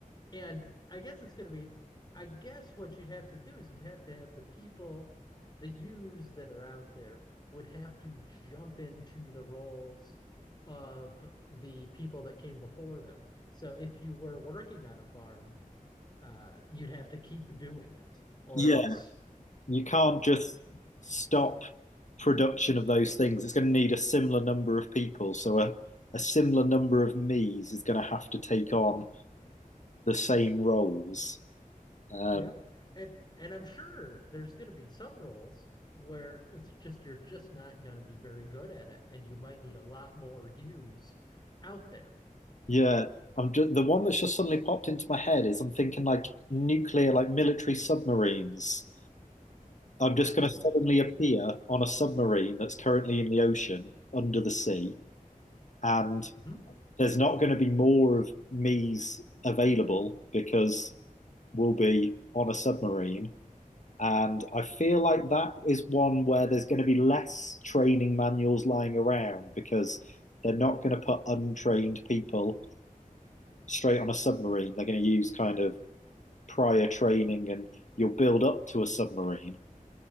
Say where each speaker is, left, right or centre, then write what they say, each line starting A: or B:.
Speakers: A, on the left; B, on the left.
A: And I guess it's going to be I guess what you'd have to do is you'd have to have the people, the yous that are out there would have to jump into the roles of the people that came before them. So if you were working on a farm, uh, you'd have to keep doing it or
B: Yeah.
A: else
B: You can't just stop production of those things. It's going to need a similar number of people, so a a similar number of me's is going to have to take on the same roles. Um,
A: yeah You know? and and i'm sure there's going to be some roles where it's just you're just not going to be very good at it and you might need a lot more use out there
B: Yeah, I'm just, the one that's just suddenly popped into my head is I'm thinking like nuclear, like military submarines. I'm just
A: mm.
B: going to suddenly appear on a submarine that's currently in the ocean under the sea, and
A: hmm
B: there's not going to be more of me's available because we'll be on a submarine. And I feel like that is one where there's going to be less training manuals lying around because they're not going to put untrained people straight on a submarine. They're going to use kind of prior training and you'll build up to a submarine.